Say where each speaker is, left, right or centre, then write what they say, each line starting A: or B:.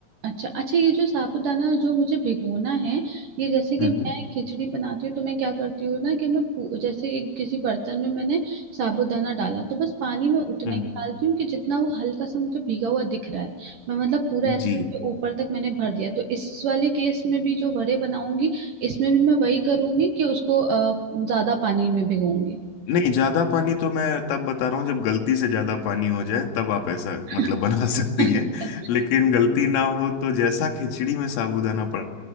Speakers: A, on the right (about 65°); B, on the left (about 80°).
A: अच्छा अच्छा ये जो साबूदाना जो मुझे भिगोना है ये जैसे कि
B: हम्म
A: मैं खिचड़ी बनाती हूँ तो मैं क्या करती हूँ ना कि मैं पू- जैसे एक किसी बर्तन में मैंने साबूदाना डाला तो बस पानी में उतना
B: हम्म
A: ही डालती हूँ कि जितना वो हल्का सा मुझे भीगा हुआ दिख रहा है मैं मतलब पूरा ऐसे
B: जी
A: नहीं कि ऊपर तक मैंने भर दिया तो इस वाले केस में भी जो वड़े बनाऊंगी इसमें भी मैं वही करूंगी कि उसको अ, ज्यादा पानी में भिगोऊंगी
B: नहीं ज्यादा पानी तो मैं तब बता रहा हूँ जब गलती से ज्यादा पानी हो जाए तब आप ऐसा
A: <laughs>
B: मतलब बना <laughs> सकती
A: अच्छा
B: हैं लेकिन गलती ना हो तो जैसा खिचड़ी में साबूदाना पड़